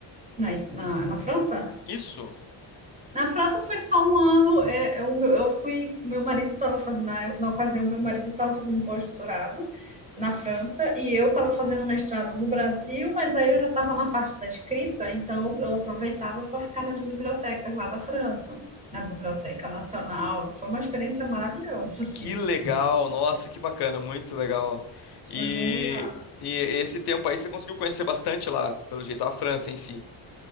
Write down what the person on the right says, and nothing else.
Na, na, na França?
Na França foi só um ano. É, eu, eu fui, meu marido estava fazendo, na, na ocasião, meu marido estava fazendo um pós-doutorado na França e eu estava fazendo mestrado no Brasil, mas aí eu já estava na parte da escrita, então eu aproveitava para ficar nas bibliotecas lá da França, na Biblioteca Nacional. Foi uma experiência maravilhosa, assim,
porque
foi bem legal.